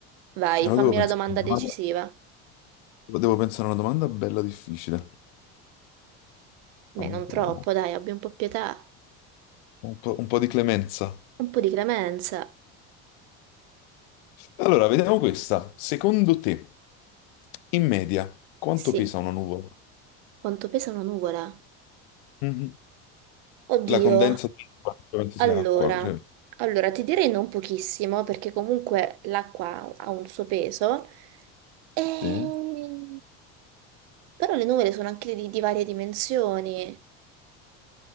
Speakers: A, on the right (about 55°); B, on the left (about 75°).
A: Vai,
B: Allora
A: fammi
B: devo pensare,
A: la domanda
B: a una domanda-
A: decisiva.
B: devo pensare a una domanda bella difficile.
A: Beh,
B: Vediamo.
A: non troppo, dai, abbi un po' pietà,
B: Un po', un po' di clemenza.
A: un po' di clemenza.
B: Allora, vediamo questa. Secondo te, in media, quanto
A: Sì,
B: pesa una nuvola?
A: quanto pesa una nuvola?
B: Mhm.
A: Oddio,
B: La condensa di penso
A: Allora,
B: sia acqua, cioè,
A: allora, ti direi non pochissimo perché comunque l'acqua ha un suo peso, e-
B: sì.
A: però le nuvole sono anche di, di varie dimensioni,